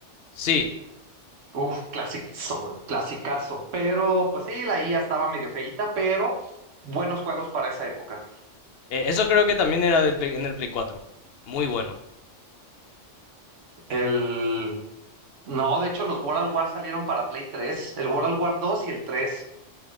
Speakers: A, on the left (about 60°); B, on the right (about 80°).
A: sí,
B: Uf, clasicazo, clasicazo. Pero, pues sí, la IA estaba medio feíta, pero buenos juegos para esa época.
A: eh, eso creo que también era del, Play- en el Play cuatro Muy bueno.
B: El, No, de hecho los World at War salieron para Play 3, el World at War 2 y el tres